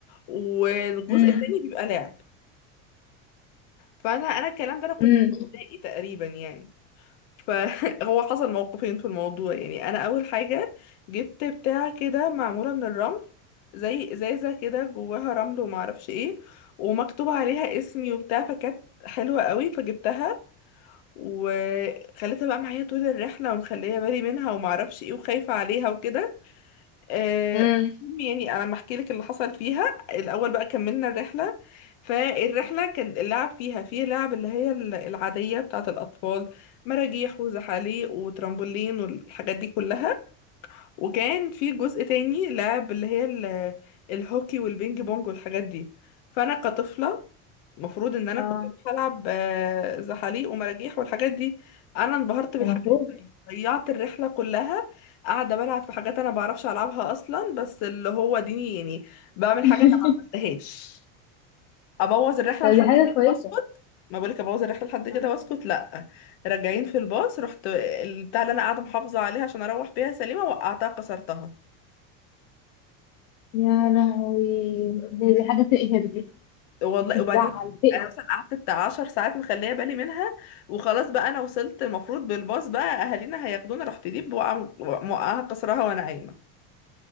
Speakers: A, on the left; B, on the left.
A: والجزء
B: امم
A: التاني بيبقى لعب فانا انا الكلام ده انا كنت
B: امم
A: في ابتدائي تقريبا يعني فهو <laughs> حصل موقفين في الموضوع يعني انا اول حاجه جبت بتاع كده معموله من الرمل زي ازازه كده جواها رمل وما اعرفش ايه ومكتوب عليها اسمي وبتاع فكانت حلوه قوي فجبتها وخليتها بقى معايا طول الرحله ومخليه بالي منها وما اعرفش ايه وخايفه عليها وكده آه،
B: امم
A: المهم يعني انا لما احكي لك اللي حصل فيها الاول بقى كملنا الرحله فالرحله كان اللعب فيها فيه لعب اللي هي ال- العاديه بتاعه الاطفال مراجيح وزحاليق وترامبولين والحاجات دي كلها وكان في جزء تاني لعب اللي هي ال- الهوكي والبينج بونج والحاجات دي فانا كطفله المفروض ان انا
B: اه
A: كنت بروح العب آه، زحاليق ومراجيح والحاجات دي انا انبهرت بالحاجات
B: المفروض
A: دي. ضيعت الرحله كلها قاعده بلعب في حاجات انا بعرفش العبها اصلا بس اللي هو ديني يعني بعمل
B: <laughs>
A: حاجه انا ما عملتهاش ابوظ الرحله
B: طب
A: لحد
B: دي حاجة
A: كده
B: كويسة
A: واسكت ما بالك ابوظ الرحله لحد كده
B: آه.
A: واسكت لا راجعين في الباص رحت البتاع اللي انا قاعده محافظه عليها عشان اروح بيها سليمه وقعتها كسرتها
B: يا لهوي دي, دي حاجة تقهر دي
A: والله
B: بتزعل
A: وبعدين
B: بتقهر
A: انا مثلا قعدت بتاع 10 ساعات مخليه بالي منها وخلاص بقى انا وصلت المفروض بالباص بقى اهالينا هياخدونا رحت دي بوقع موقعها كسرها وانا قايمه